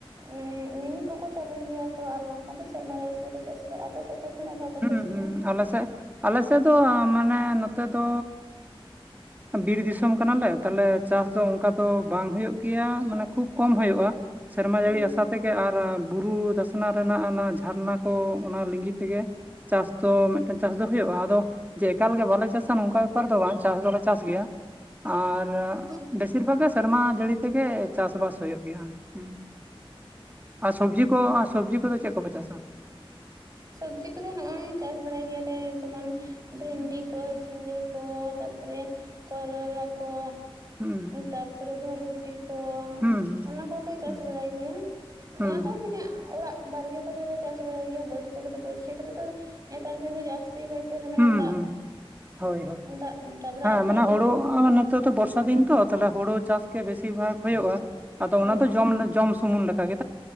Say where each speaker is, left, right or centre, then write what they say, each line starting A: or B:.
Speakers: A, on the right; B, on the right.
A: ᱢᱟᱱᱮ ᱢᱤᱱᱤ ᱠᱚᱠᱚ ᱪᱟᱹᱞᱩᱭ ᱜᱮᱭᱟ ᱠᱚ ᱟᱨ ᱵᱟᱝᱠᱷᱟᱱ ᱫᱚ ᱥᱮᱨᱢᱟ ᱡᱟᱹᱲᱤ ᱛᱮ ᱠᱚ ᱪᱟᱥ ᱜᱮᱭᱟ ᱟᱯᱮ ᱥᱮᱫ ᱫᱚ? ᱛᱤᱱᱟᱹᱜ ᱫᱷᱟᱣ ᱠᱚ
B: ᱦᱮᱸ
A: ᱪᱟᱥ
B: ᱦᱩᱸ
A: ᱜᱮᱭᱟ
B: ᱟᱞᱮ ᱥᱮᱫ ᱟᱞᱮ ᱥᱮᱫ ᱫᱚ ᱢᱟᱱᱮ ᱱᱚᱛᱮ ᱫᱚ ᱵᱤᱨ ᱫᱤᱥᱚᱢ ᱠᱟᱱᱟᱞᱮ ᱛᱟᱦᱞᱮ ᱪᱟᱥ ᱫᱚ ᱚᱱᱠᱟ ᱫᱚ ᱵᱟᱝ ᱦᱩᱭᱩᱜ ᱜᱮᱭᱟ ᱢᱟᱱᱮ ᱠᱷᱩᱵᱽ ᱠᱚᱢ ᱦᱩᱭᱩᱜᱼᱟ᱾ ᱥᱮᱨᱢᱟ
A: ᱦᱩᱸ
B: ᱡᱟᱹᱲᱤ ᱟᱥᱟ ᱛᱮᱜᱮ ᱟᱨ ᱵᱩᱨᱩ ᱫᱟᱥᱱᱟ ᱨᱮᱱᱟᱜ ᱚᱱᱟ ᱡᱷᱟᱨᱱᱟ ᱠᱚ ᱚᱱᱟ ᱞᱤᱸᱜᱤ ᱛᱮᱜᱮ ᱪᱟᱥ ᱫᱚ ᱢᱤᱫᱴᱮᱱ ᱪᱟᱥ ᱫᱚ ᱦᱩᱭᱩᱜᱼᱟ ᱟᱫᱚ ᱡᱮ ᱮᱠᱟᱞ ᱜᱮ ᱵᱟᱞᱮ ᱪᱟᱥᱟ ᱱᱚᱝᱠᱟ ᱵᱮᱯᱟᱨ ᱫᱚ ᱵᱟᱝ ᱪᱟᱥ ᱫᱚᱞᱮ ᱪᱟᱥ ᱜᱮᱭᱟ ᱟᱨ
A: ᱟᱪᱪᱷᱟ
B: ᱵᱮᱥᱤᱨ ᱵᱷᱟᱜᱽ ᱜᱮ ᱥᱮᱨᱢᱟ ᱡᱟᱹᱲᱤ ᱛᱮᱜᱮ ᱪᱟᱥᱵᱟᱥ ᱦᱩᱭᱩᱜ ᱜᱮᱭᱟ ᱦᱩᱸ ᱟᱨ ᱥᱚᱵᱡᱤ ᱠᱚ ᱥᱚᱵᱡᱤ ᱠᱚᱫᱚ ᱪᱮᱫ ᱠᱚᱯᱮ ᱪᱟᱥᱟ?
A: ᱥᱚᱵᱡᱤ ᱠᱚᱫᱚ ᱱᱚᱜᱼᱚᱭ ᱪᱟᱥ ᱵᱟᱲᱟᱭ ᱜᱮᱭᱟᱞᱮ ᱡᱮᱢᱚᱱ ᱵᱷᱮᱱᱰᱤ ᱠᱚ ᱡᱷᱤᱸᱜᱟᱹ ᱠᱚ ᱛᱟᱯᱚᱨᱮ ᱠᱚᱨᱚᱞᱟ ᱠᱚ
B: ᱦᱩᱸ
A: ᱛᱟᱯᱚᱨᱮ ᱵᱷᱚᱨᱵᱷᱚᱴᱤ ᱠᱚ
B: ᱦᱩᱸ
A: ᱚᱱᱟ ᱠᱚᱞᱮ ᱪᱟᱥ
B: ᱦᱩᱸ
A: ᱵᱟᱲᱟᱭ ᱜᱮᱭᱟ
B: ᱦᱩᱸ
A: ᱚᱱᱟ ᱫᱚ ᱢᱟᱱᱮ ᱚᱲᱟᱜ ᱵᱟᱲᱜᱮ ᱠᱚᱨᱮᱞᱮ ᱪᱟᱥ ᱵᱟᱲᱟᱭ ᱜᱮᱭᱟ ᱵᱟᱹᱫ ᱠᱚᱨᱮ ᱫᱚ ᱵᱟᱹᱫᱽ ᱠᱷᱮᱛ ᱨᱮ ᱱᱮᱛᱟᱨ ᱫᱤᱱ ᱫᱚ ᱡᱟᱹᱥᱛᱤ ᱠᱟᱭ ᱛᱮ ᱢᱟᱱᱮ
B: ᱦᱩᱸ ᱦᱩᱸ
A: ᱫᱟᱜ
B: ᱦᱩᱸ ᱦᱳᱭ ᱦᱳᱭ
A: ᱫᱟᱜ ᱰᱟᱵᱨᱟᱜ
B: ᱦᱮᱸ
A: ᱟᱛᱚ
B: ᱢᱟᱱᱮ
A: ᱟᱫᱚ
B: ᱦᱳᱲᱳ ᱱᱤᱛᱚᱜ ᱫᱚ
A: ᱦᱩᱸ
B: ᱵᱚᱨᱥᱟ ᱫᱤᱱ ᱛᱚ ᱛᱟᱦᱚᱞᱮ ᱦᱩᱲᱩ ᱪᱟᱥ ᱜᱮ ᱵᱮᱥᱤᱨ ᱵᱷᱟᱜ ᱦᱩᱭᱩᱜᱳᱜᱼᱟ ᱟᱫᱚ ᱚᱱᱟ
A: ᱦᱳᱭ
B: ᱫᱚ ᱡᱚᱢ ᱡᱚᱢ ᱥᱩᱢᱩᱱ ᱞᱮᱠᱟ ᱜᱮ